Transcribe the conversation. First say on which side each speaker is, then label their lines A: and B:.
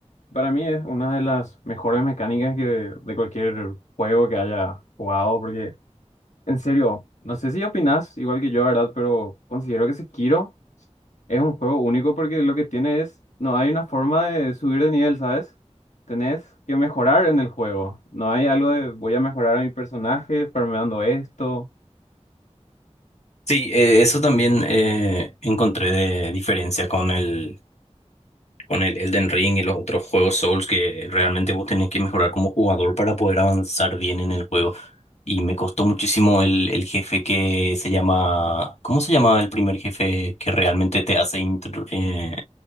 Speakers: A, on the left (about 80°); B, on the left (about 70°).
A: para mí es una de las mejores mecánicas que de, de cualquier juego que haya jugado, porque en serio, no sé si opinas igual que yo, ¿verdad? Pero considero que Sekiro Es un juego único porque lo que tiene es, no hay una forma de subir de nivel, ¿sabes? Tenés que mejorar en el juego. No hay algo de voy a mejorar a mi personaje farmeando esto.
B: Sí, eh, eso también eh, encontré de diferencia con el con el Elden Ring y los otros juegos Souls que realmente vos tenés que mejorar como jugador para poder avanzar bien en el juego. Y me costó muchísimo el, el jefe que se llama... ¿Cómo se llama el primer jefe que realmente te hace intro- eh,